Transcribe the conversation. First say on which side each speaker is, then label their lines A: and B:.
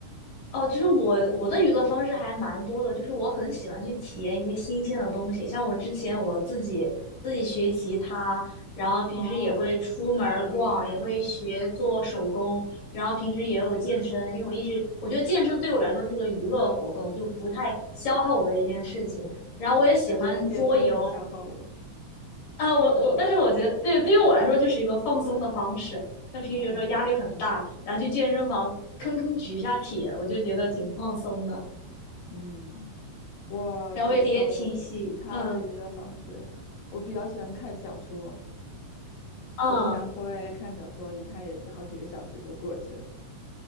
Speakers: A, on the left; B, on the left.
A: 哦，就是我我的娱乐方式还蛮多的，就是我很喜欢去体验一些新鲜的东西，像我之前我自己自己学吉他，然后平时也会出门儿逛，
B: 哦，好厉害呀！
A: 也会学做手工，然后平时也有健身，因为我一直我觉得健身对我来说是个娱乐活动，就不太消耗我的一件事情。然后我也喜欢桌游，
B: 我觉得健身很消耗我。
A: 啊，我我，但是我觉得，对，对于我来说就是一个放松的方式。那平时有时候压力很大，
B: 哦，
A: 然后去健身房吭吭举一下铁，我就觉得挺放松的。
B: 嗯，我觉得我其他的娱乐方式，
A: 然后也也挺喜，嗯
B: 我比较喜欢看小说，
A: 嗯，
B: 我经常会看小说，一看也是好几个小时就过去了。